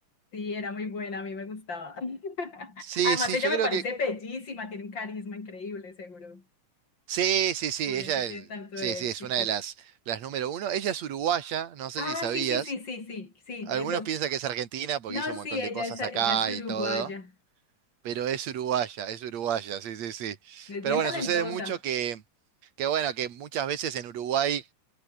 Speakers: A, on the left (about 30°); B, on the right (about 55°).
A: Sí, era muy buena, a mí me gustaba. <laughs>
B: Sí,
A: Además,
B: sí,
A: ella
B: yo
A: me
B: creo
A: parece
B: que...
A: bellísima, tiene un carisma increíble, seguro.
B: Sí, sí, sí,
A: Por
B: ella
A: eso tiene
B: es,
A: tanto
B: sí,
A: éxito.
B: sí, es una de las, las número uno. Ella es uruguaya, no sé
A: Ah,
B: si sabías.
A: sí, sí, sí, sí, sí, sí,
B: Algunos
A: eso.
B: piensan que es argentina porque
A: No,
B: hizo un montón
A: sí, ella
B: de cosas
A: es, ella
B: acá
A: es uruguaya.
B: y todo, pero es uruguaya, es uruguaya, sí, sí, sí.
A: Es
B: Pero
A: bien
B: bueno,
A: talentosa.
B: sucede mucho que, que bueno, que muchas veces en Uruguay,